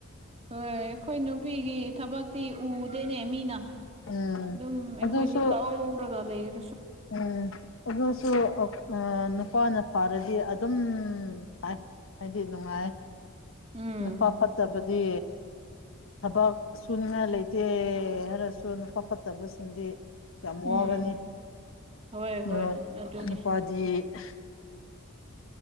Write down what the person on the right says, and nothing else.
ꯍꯣꯏ ꯑꯩꯈꯣꯏ ꯅꯨꯄꯤꯒꯤ ꯊꯕꯛꯇꯤ ꯎꯗꯦꯅꯦ ꯃꯤꯅ
ꯑꯗꯨꯝ ꯑꯩꯈꯣꯏꯗꯤ
ꯇꯧꯔꯒ ꯄ꯭ꯂꯦꯠ
ꯎꯝ
ꯎꯝ ꯍꯣꯏ ꯍꯣꯏ
ꯑꯗꯨꯅꯤ